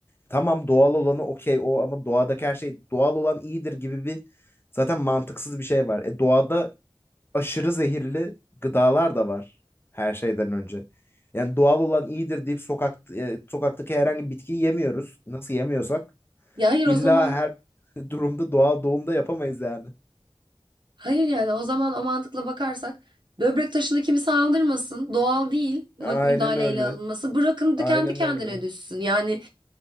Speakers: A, on the left (about 25°); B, on the right (about 50°).
A: Tamam doğal olanı okey o ama doğadaki her şey doğal olan iyidir gibi bir zaten mantıksız bir şey var. E, doğada aşırı zehirli gıdalar da var her şeyden önce. Yani doğal olan iyidir deyip sokak e, sokaktaki herhangi bir bitkiyi yemiyoruz. Nasıl yemiyorsak
B: Ya hayır
A: illa
B: o zaman
A: her <laughs> durumda doğal doğumda yapamayız yani.
B: hayır yani o zaman o mantıkla bakarsak böbrek taşını kimse aldırmasın. Doğal değil mü-
A: Aynen
B: müdahaleyle
A: öyle.
B: alınması. Bırakın
A: Aynen
B: da kendi kendine
A: öyle.
B: düşsün. Yani